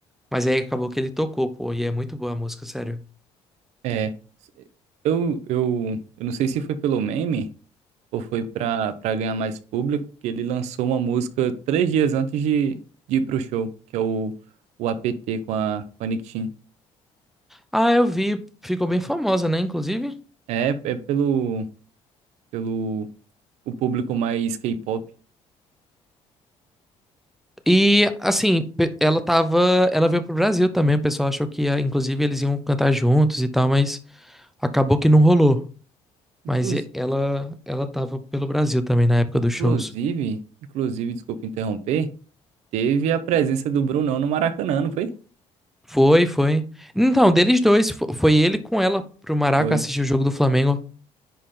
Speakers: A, in the centre; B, on the right.
A: Mas aí acabou que ele tocou, pô, e é muito boa a música, sério.
B: é, eu, eu, eu não sei se foi pelo meme, ou foi pra para ganhar mais público, que ele lançou uma música três dias antes de, de ir pro show, que é o, o APT com a, com a Nick Chin.
A: Ah, eu vi, ficou bem famosa, né, inclusive?
B: É, é pelo, pelo o público mais K-pop.
A: E assim, pe- ela tava, ela veio pro Brasil também, o pessoal achou que ia, inclusive eles iam cantar juntos e tal, mas acabou que não rolou.
B: Inclus-
A: Mas e- ela, ela tava pelo Brasil também na época
B: Inclusive,
A: dos shows.
B: inclusive, desculpa interromper, teve a presença do Brunão no Maracanã, não foi?
A: Foi, foi. Então, deles dois, fo- foi ele com ela pro Maraca
B: Foi.
A: assistir o jogo do Flamengo.